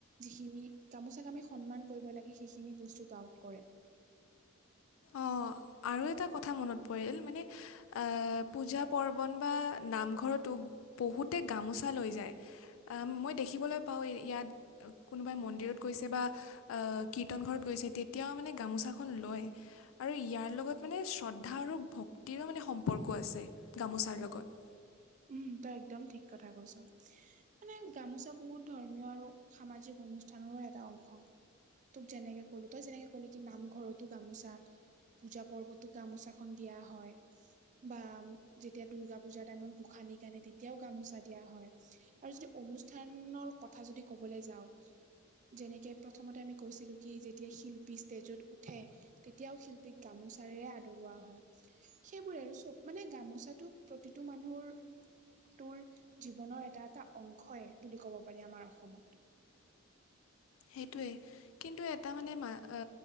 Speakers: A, on the right; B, on the left.
A: যিখিনি গামোচা আমি সন্মান কৰিব লাগে, সেইখিনি বস্তু গাউট কৰে।
B: অ' আৰু এটা কথা মনত পৰিল মানে। অ' পূজা পাৰ্বণ বা নামঘৰতো বহুতে গামোচা লৈ যায়‌। আ মই দেখিবলৈ পাওঁ ইয়াত কোনোবাই মন্দিৰত গৈছে বা। আ কীৰ্তন ঘৰত গৈছে তেতিয়াও মানে গামোচাখন লৈ। আৰু ইয়াৰ লগত মানে শ্ৰদ্ধা আৰু ভক্তিৰো মানে সম্পৰ্ক আছে। গামোচাৰ লগত।
A: উম তই একদম ঠিক কথা কৈছ। মানে গামোচা বহুত ধৰ্মীয় আৰু সামাজিক অনুষ্ঠানৰো এটা অংশ। তোক যেনেকে ক'লো তই যেনেকে কলি কি নামঘৰতো গামোচা। পূজা পৰ্বতো গামোচাখন দিয়া হয়। বা যেতিয়া দূৰ্গা পুজাৰ টাইমত গোসানীক। তেনে তেতিয়াও গামোচা দিয়া হয় আৰু যদি অনুষ্ঠানৰ কথা যদি কবলৈ যাওঁ। যেনেকে প্ৰথমতে আমি কৈছিলোঁ কি যেতিয়া শিল্পী ষ্টেজত উঠে। তেতিয়াও শিল্পীক গামোচাৰে আদৰোৱা হয়। সেইবোৰে আৰু চব মানে গামোচাটো প্ৰতিটো মানুহৰ। তোৰ জীৱনৰ এটা এটা অংশই বুলি ক'ব পাৰি আমাৰ অসমত।
B: সেইটোৱেই কিন্তু এটা মানে মা আ‌